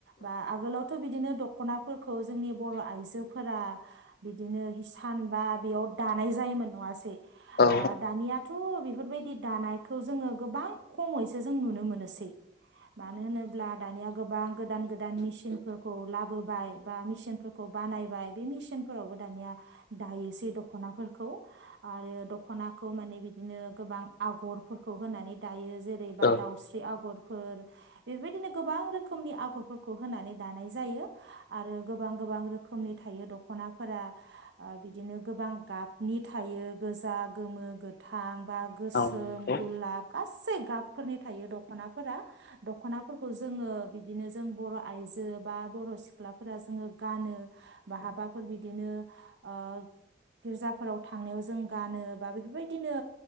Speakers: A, on the right; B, on the left.
A: बा आगोलावथ' बिदिनो दख'नाफोरखौ जोंनि बर' आइजोफोरा बिदिनो हिसान बा बेयाव दानाय जायोमोन नङासै
B: औ
A: आ दानिया थ बेफोरबायदि दानायखौ जोङो गोबां खमैस सो जों नुनो मोनोसै मानो होनोब्ला दानिया गोबां गोदान गोदान मेसिनफोरखौ लाबोबाय बा मिचिनफोरखौ बानायबाय बे मिचिनफोरावबो दानिया दायोसै दख'नाफोरखौ आरो दख'नाखौ माने बिदिनो गोबां आगरफोरखौ होनानै दायो जे बा
B: औ
A: दाउस्रि आगरफोर बेबायदिनो गोबां रोखोमनि आगरफोरखौ होनानै दानाय जायो आरो गोबां गोबां रोखोमनि थायो दख'नाफोरा ओ बिदिनो गोबां गाबनि थायो गोजा गोमो गोथां बा गोसोम
B: औ नंगौ औ
A: गुलाब गासै गाब फोरनि थायो दख'नाफोरा दख'नाफोरखौ जोङो बिदिनो जों बर' आइजो बा बर' सिख्लाफोरा जोङो गानो बा हाबाफोर बिदिनो ओ गिर्जाफोराव थांनायाव जों गानो बा बेफोरबायदिनो